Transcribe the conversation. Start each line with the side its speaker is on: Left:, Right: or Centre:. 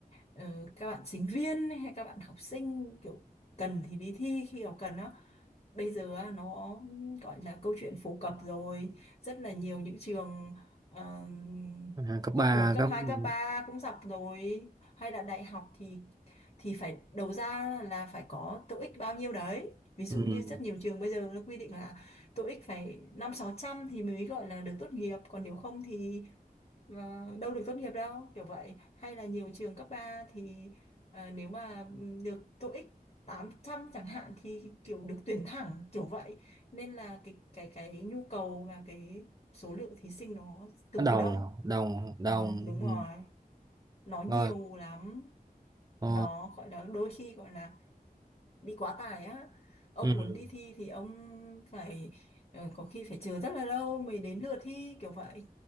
Left: ờ, các bạn sinh viên hay các bạn học sinh kiểu cần thì đi thi khi nào cần đó bây giờ á, nó gọi là câu chuyện phổ cập rồi rất là nhiều những trường ờ,
Right: à, cấp
Left: cấp
Right: ba
Left: một cấp
Right: cấp
Left: hai
Right: ừ.
Left: cấp 3 cũng dọc rồi hay là đại học thì thì phải đầu ra là phải có tô ích bao nhiêu đấy ví dụ
Right: ừ,
Left: như rất nhiều trường bây giờ nó quy định là tô ích phải năm sáu trăm thì mới gọi là được tốt nghiệp còn nếu không thì ờ, đâu được tốt nghiệp đâu kiểu vậy hay là nhiều trường cấp 3 thì ờ, nếu mà được TOEIC 800 chẳng hạn thì kiểu được tuyển thẳng kiểu vậy nên là cái cái cái nhu cầu và cái số lượng thí sinh nó cực
Right: đồng
Left: kỳ đông
Right: đồng đồng
Left: Ừm, đúng
Right: ừ.
Left: rồi nó nhiều
Right: rồi
Left: lắm
Right: ờ,
Left: nó gọi là đôi khi gọi là bị quá tải á ông
Right: ừ.
Left: muốn đi thi thì ông phải ờ, có khi phải chờ rất là lâu mới đến lượt thi kiểu vậy